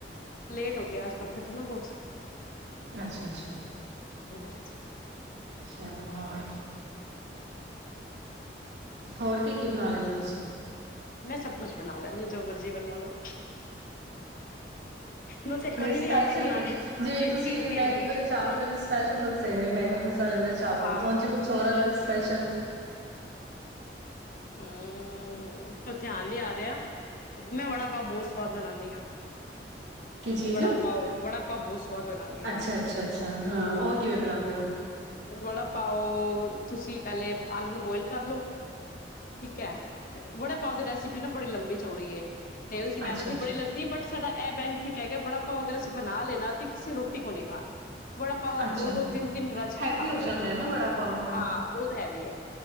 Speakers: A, on the left; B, on the right.
A: ਲੇਟ ਹੋ ਗਿਆ ਆਜ ਕ ਕੱਪੜੇ ਥ ਨਾ ਬਹੁਤ
B: ਅੱਛਾ ਅੱਛਾ
A: ਹਾਂਜੀ
B: ਅਛਾ ਹੋਰ ਕੀ ਕੀ ਬਣਾ ਲੈਂਦੇ ਤੁਸੀਂ
A: ਮੈਂ ਸਭ ਕੁੱਛ ਬਣਾ ਲੈਂਦੀ ਜੋ ਮਰਜ਼ੀ ਬਣਵਾ ਲੋ ਬਸ ਇਹ ਕੜੀ
B: ਸਪੈਸ਼ਲ
A: ਨੀ ਆਂਦੀ ਬਣਾਣੀ
B: ਕੁਛ ਜਿਵੇਂ
A: ਤੇ
B: ਤੁਸੀਂ
A: ਖੀਰ ਨੀ
B: ਮੈਗੀ
A: ਆਂਦੀ
B: ਵਾਲੇ ਚਾਵਲ ਮੈਨੂੰ ਸਪੈਸ਼ਲ ਦੱਸੇ ਨੇ ਮੈ ਮਸਾਲੇ ਵਾਲੇ ਚਾਵਲ
A: ਹਾਂ
B: ਉਹਚ ਕੁਛੋਰਾ ਅੱਗ ਸਪੈਸ਼ਲ
A: ਹਮ ਉੱਥੇ ਆਉਣ ਨੀ ਆ ਰਿਹਾ ਤੇ ਮੈਂ ਵੜਾ ਪਾਾ ਬਹੁਤ ਸਵਾਦ ਬਣਾਉਂਦੀਆਂ
B: ਕੀ ਚੀਜ਼
A: ਬੜਾ ਪਾਓ ਬੜਾ ਤਾਂ ਬਹੁਸ ਸਵਾਦ ਬਣਾਉਦੀ ਹ
B: ਅੱਛਾ
A: ਮੈਂ
B: ਅੱਛਾ ਅੱਛਾ ਹਾਂ ਉਹ ਕਿਵੇਂ ਬਣਾਉਂਦੇ ਹੋ?
A: ਬੜਾ ਪਾਓ ਤੁਸੀਂ ਪਹਿਲੇ ਆਲੂ ਨੂੰ ਬੋਇਲ ਕਰਲੋ ਠੀਕ ਹੈ ਵੜੇ ਪਾਓ ਦੀ ਰੈਸਿਪੀ ਨਾ ਬੜੀ ਲੰਬੀ ਚੌੜੀ ਏ ਤੇ ਉਹ ਚ ਮੈਨੂੰ
B: ਅੱਛਾ
A: ਤੇ
B: ਅੱਛਾ
A: ਬੜੀ ਲੱਗਦੀ ਬਟ ਸਾਡਾ ਇਹ ਬੈਨੀਫਿਟ ਹੈਗਾ ਬੜਾ ਭਾ ਅਗਰ ਅਸੀਂ ਬ ਲੈਣਾ ਤੇ ਕਿਸੇ ਰੋਟੀ ਕੋ ਨੀ ਖਾਣੀ ਬੜਾ ਪਾਓ
B: ਅੱਛਾ
A: ਦੋ ਦੋ ਤਿੰਨ ਤਿੰਨ ਰਜ ਕੇ
B: ਹੈਵੀ
A: ਖਾ ਲੈਣੇ
B: ਹੋ ਜਾਂਦਾ
A: ਨੇ
B: ਹੈ ਨਾ ਬੜਾ ਪਾਓ
A: ਹਾਂ ਬਹੁਤ ਹੈਵੀ ਹੈ